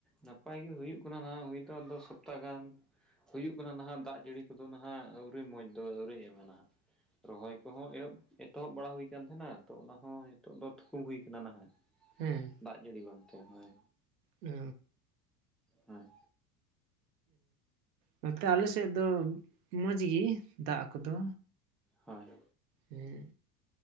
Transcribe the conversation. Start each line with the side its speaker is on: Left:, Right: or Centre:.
Centre: ᱱᱟᱯᱟᱭ ᱜᱮ ᱦᱩᱭᱩᱜ ᱠᱟᱱᱟ ᱱᱟᱦᱟᱜ ᱦᱩᱭ ᱫᱚ ᱟᱫᱚ ᱥᱚᱯᱛᱟ ᱜᱟᱱ ᱦᱩᱭᱩᱜ ᱠᱟᱱᱟ ᱱᱟᱦᱜ ᱫᱟᱜ ᱡᱟᱹᱲᱤ ᱠᱚᱫᱚ ᱱᱟᱦᱟᱜ ᱟᱹᱣᱨᱤ ᱢᱚᱡᱽ ᱫᱚ ᱟᱹᱣᱨᱤᱭ ᱮᱢᱟ ᱱᱟᱦᱟᱜ ᱨᱚᱦᱚᱭ ᱠᱚᱦᱚᱸ ᱮᱦᱚᱵ ᱮᱛᱚᱦᱚᱵ ᱵᱟᱲᱟ ᱦᱩᱭ ᱠᱟᱱ ᱛᱟᱦᱮᱱᱟ ᱛᱚ ᱚᱱᱟ ᱦᱚᱸ ᱱᱤᱛᱚᱜ ᱫᱚ ᱛᱷᱩᱠᱩᱢ ᱦᱩᱭ ᱠᱟᱱᱟ ᱱᱟᱦᱟᱜ
Right: ᱦᱮᱸ
Centre: ᱫᱟᱜ ᱡᱟᱹᱲᱤ ᱵᱟᱝᱛᱮ ᱦᱳᱭ
Right: ᱚ
Centre: ᱦᱮᱸ
Right: ᱱᱚᱛᱮ ᱟᱞᱮ ᱥᱮᱫ ᱫᱚ ᱢᱚᱡᱽ ᱜᱮ ᱫᱟᱜ ᱠᱚᱫᱚ
Centre: ᱦᱳᱭ
Right: ᱦᱮᱸ